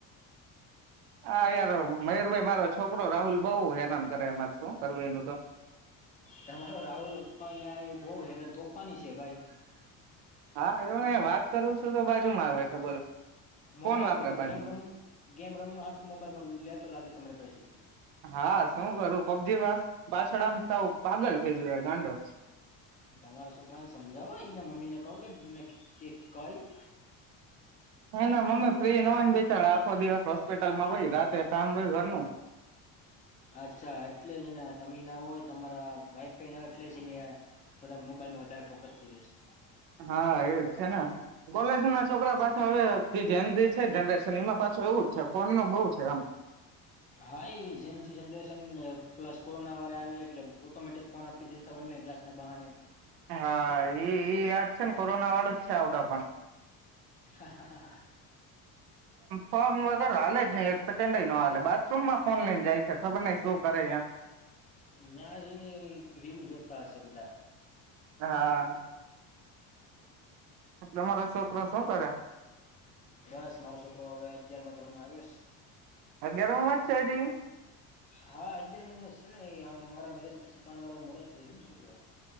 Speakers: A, on the right; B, on the left.
A: હા યાર મયુરભાઈ મારો છોકરો રાહુલ બઉુ હેરાન કરે મારે શું કરવું એનું તો
B: તમારો રાહુલ અપ્પા યાર બહુ હેરાન તોફાની છે ભાઈ
A: હા જો ને વાત કરું છું તો બાજુ માં આવે છે બોલો
B: મોબાઈલ
A: ફોન વાપરે
B: પર
A: બાજુમાં
B: ગેમ રમ ગેમ રમહા હાટુ મોબાઈલ પર લેતો લાગેશ તમારે પસેથી
A: હા શું કરું પબજી પાછ પાછળ આમ સાવ પાગલ થઇ ગયો ગાંડો
B: તમારા છોકરાને સમજાવો એ મમ્મી ને કહું કેને કેક કઈ <inaudible>
A: એ ના મમ્મી ફ્રી ના હોય ને બેચાર આખો દિવસ હોસ્પિટલમાં હોય રાતે કામ હોય ઘરનું
B: અચ્છા એટલે જને તમે ના હોય તમારા વાઈફાઈ ન એટલે જને થોડાક મોબાઈલમાં વધારે ફોકસ થઈ જશે
A: હા એજ છે ને કોલેજ ના છોકરા પાછા હવે જેન્ઞી છે. જનરેશન એમાં પાછો એવું જ છે, ફોન ન બઉુ છે એમ
B: હા એ જેન્ઞી જનરેશન. કોરોના વારા આવી જાય એટલે ઓટોમેટિક ફોન આપી દીધા ઓનલાઈન ક્લાસના બહાણે
A: હા ઈ ઉ વાત છે ને કોરોના વાળું જ છે આવડા પણ
B: હા હા હા હા.
A: ફોન વગેર હાલે જ ન એક સેકન્ડ. લે બાથરૂમ માં ફોન લઈને જાય છે ખબર નઈ શું કરે યા
B: નયા જઈને રીલું જોતા હશે બધા
A: હા. તમારા છોકરા શું કરે?
B: બસ મારો છોકરો હવે અગિયારમાં ધોરણ માં આવ્યોસ
A: અગયાર મોમ જ છે હજી
B: હા અગિયાર મામા જ છે ને એ મારા મેરેજ પછી ત્રણ વ રહ મોડો થયો ને છોકરો